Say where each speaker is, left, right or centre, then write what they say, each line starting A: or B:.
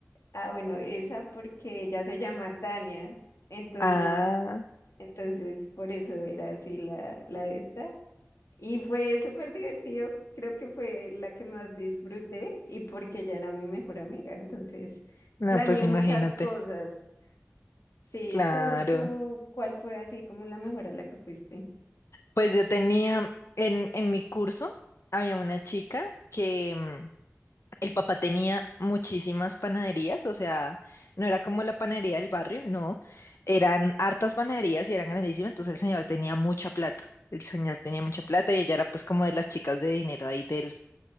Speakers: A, on the left; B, on the left.
A: ah, bueno, esa porque ella se llama Tania, entonces,
B: Ah,
A: entonces por eso era así la, la esta. Y fue súper divertido. Creo que fue la que más disfruté y porque ella era mi mejor amiga. Entonces,
B: no,
A: planeé
B: pues
A: muchas
B: imagínate.
A: cosas. Sí,
B: Claro.
A: tú, tú, ¿cuál fue así como la mejor a la que fuiste?
B: Pues yo tenía en, en mi curso, había una chica que, mm, El papá tenía muchísimas panaderías, o sea, no era como la panadería del barrio, no, eran hartas panaderías y eran grandísimas, entonces el señor tenía mucha plata, el señor tenía mucha plata y ella era pues como de las chicas de dinero ahí del,